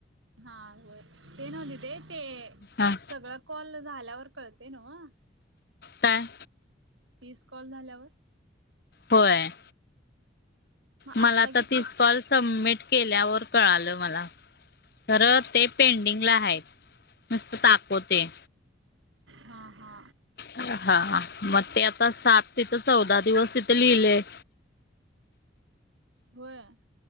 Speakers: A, on the right; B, on the left.
A: हा होय ते नव्ह दीदे ते
B: हा
A: सगळं कॉल झाल्यावर कळतय नव्ह?
B: काय?
A: तीस कॉल झाल्यावर
B: होय.
A: मग
B: मला
A: आत्ता
B: आता
A: किती
B: तीस कॉल सबमिट केल्यावर कळालं मला. खरं ते पेंडिंगला आहेत नुसत दाखवतंय.
A: हा हा.
B: हा हा मग ते आता सात तिथं चौदा दिवस तिथे लिहिलेय.
A: होय?